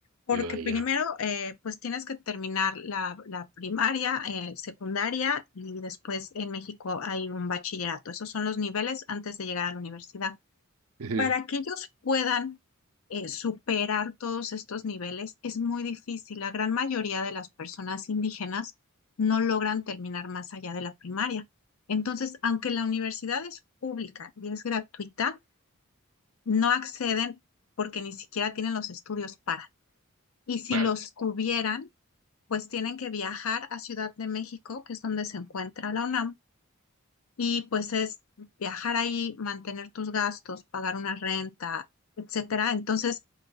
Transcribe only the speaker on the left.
Porque
primero,
eh, pues tienes que terminar la, la primaria, eh, secundaria y después en México hay un bachillerato. Esos son los niveles antes de llegar a la universidad.
Para que ellos puedan eh, superar todos estos niveles es muy difícil. La gran mayoría de las personas indígenas no logran terminar más allá de la primaria. Entonces, aunque la universidad es pública y es gratuita, no acceden porque ni siquiera tienen los estudios para. Y si
los tuvieran, pues tienen que viajar a Ciudad de México, que es donde se encuentra la UNAM, y pues es viajar ahí, mantener tus gastos, pagar una renta, etcétera. Entonces,